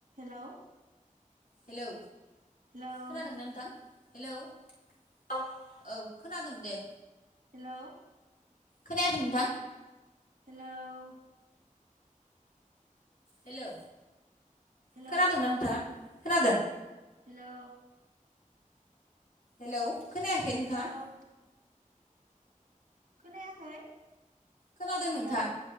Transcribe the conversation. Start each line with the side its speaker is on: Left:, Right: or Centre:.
Right: हेलौ
Left: हेलौ
Right: हेलौ
Left: खोनादोंना नोंथां? हेलौ औ खोनादों दे।
Right: हेलौ
Left: खोनायाखै नोंथां?
Right: हेलौ
Left: हेलौ
Right: हेलौ
Left: खोनादोंना नोंथाङा खोनादों?
Right: हेलौ
Left: हेलौ खोनायाखै नोंथाङा
Right: हेलौ खोनायाखै
Left: खोनादों नोंथां
Right: हेलौ